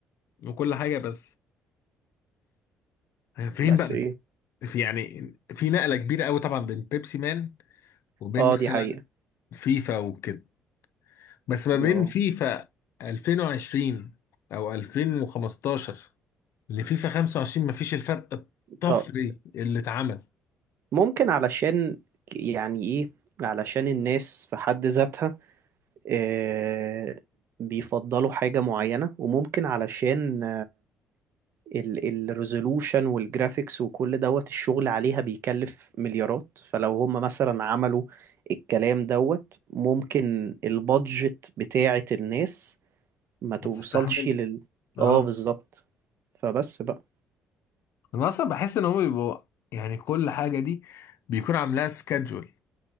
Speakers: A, on the left (about 65°); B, on the right (about 60°).
A: وكل حاجه بس فين
B: بس
A: بقى
B: ايه
A: في يعني في نقله كبيره قوي طبعا بين بيبسي مان وبين
B: اه
A: مثلا
B: دي حقيقة
A: فيفا وكده بس ما بين
B: اه
A: فيفا 2020 او 2015 لفيفا 25 ما فيش الفرق الطفري
B: طب
A: اللي اتعمل
B: ممكن علشان يعني ايه علشان الناس في حد ذاتها آه بيفضلوا حاجة معينة وممكن علشان الريزولوشن والجرافيكس وكل دوت الشغل عليها بيكلف مليارات فلو هم مثلا عملوا الكلام دوت ممكن البادجت بتاعة الناس ما توصلش
A: ما تستحملش
B: لل
A: اه
B: اه بالظبط فبس بقى
A: انا اصلا بحس ان هم بيبقوا يعني كل حاجه دي بيكون عاملاها سكادجول